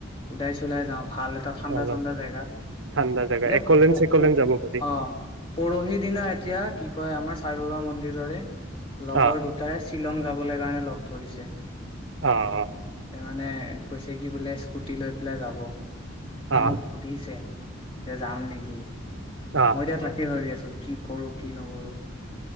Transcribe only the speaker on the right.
অ
ঠাণ্ডা জেগা
একলেন
চেকলেন
যাব পাৰি
অ
অ অ
অ
অ